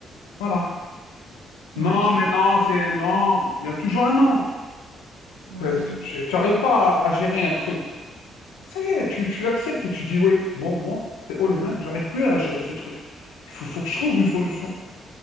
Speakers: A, on the left; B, on the right.
A: Voilà. Non,
B: Ouais, je
A: mais
B: te,
A: non, c'est non. Il y a toujours un non.
B: ouais,
A: Euh,
B: je te-
A: Tu n'arrives pas à, à gérer un truc. Ça y est, tu, tu acceptes et tu dis, oui, bon, moi, c'est haut les mains, j'arrive plus à gérer ce truc. Il faut, faut que je trouve une solution.